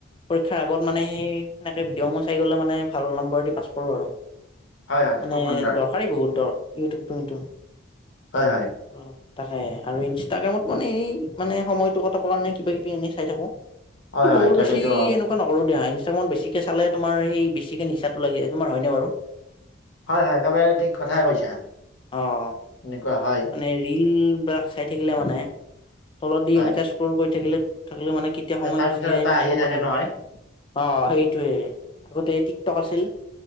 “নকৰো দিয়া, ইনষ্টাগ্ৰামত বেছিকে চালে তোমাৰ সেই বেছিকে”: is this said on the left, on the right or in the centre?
Left